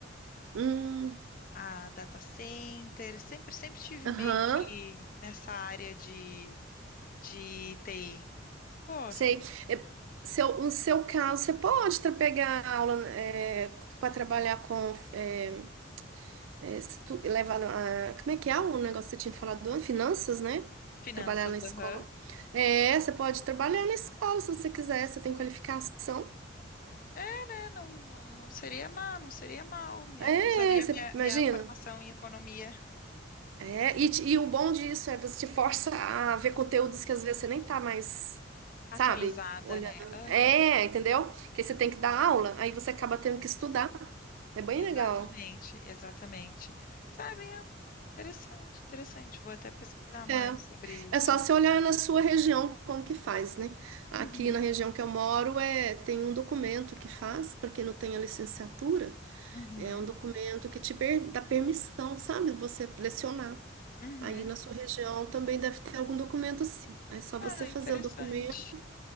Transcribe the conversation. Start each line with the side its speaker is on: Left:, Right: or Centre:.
Right: Hum,
Left: a data center, sempre, sempre tive
Right: aham.
Left: meio que nessa área de, de TI. Gosto.
Right: Sei. É, seu, no seu caso, você pode tra- pegar aula para trabalhar com. É, é, se tu- levar a- como é que é o negócio que você tinha falado? antes? Finanças, né?
Left: Finanças,
Right: Trabalhar na escola.
Left: aham.
Right: É, você pode trabalhar na escola se você quiser, você tem qualificação.
Left: É, né? Não, não, não seria mal, não seria mal. Minha-
Right: É,
Left: eu usaria
Right: você
Left: minha,
Right: imagina?
Left: minha formação em economia
Right: É, e, te- e o bom disso é você te força a ver conteúdos que às vezes você nem tá mais,
Left: atualizada,
Right: sabe, olhando.
Left: né? Aham,
Right: É, entendeu? Que você tem que dar aula, aí você acaba tendo que estudar. É bem
Left: exatamente,
Right: legal.
Left: exatamente. Sabe, é interessante, interessante. Vou até pesquisar mais
Right: É.
Left: sobre isso.
Right: É só você olhar na sua região como que faz, né? Aqui
Left: Uhum,
Right: na região que eu moro é tem um documento que faz para quem não tem a licenciatura,
Left: uhum,
Right: é um documento que te per- dá permissão, sabe, de você lecionar.
Left: uhum.
Right: Aí na sua região também deve ter algum documento assim. Aí é só
Left: Ah,
Right: você fazer
Left: interessante,
Right: o documento.